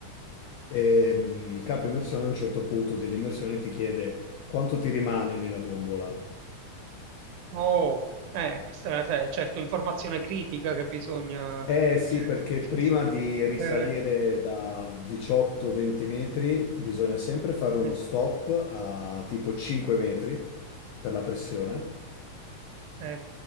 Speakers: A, on the left; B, on the right.
A: e, mh, il capo immersione a un certo punto dell'immersione ti chiede quanto ti rimane nella bombola.
B: Oh, eh, questa è sai, certo informazione critica che bisogna
A: Eh sì,
B: <laughs>
A: perché prima di
B: saper-
A: risalire da 18-20 metri bisogna sempre fare uno
B: eh,
A: stop a tipo 5 metri per la pressione.
B: eh, eh.